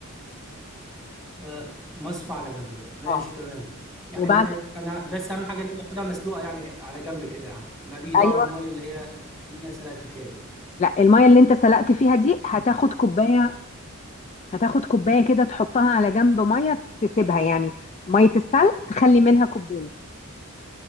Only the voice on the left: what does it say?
اه
وبعد
ايوه
لا الميه اللي انت سلقت فيها دي هتاخد كوبايه هتاخد كوبايه كده تحطها على جنب ميه تسيبها يعني ميه السلق تخلي منها كوبايه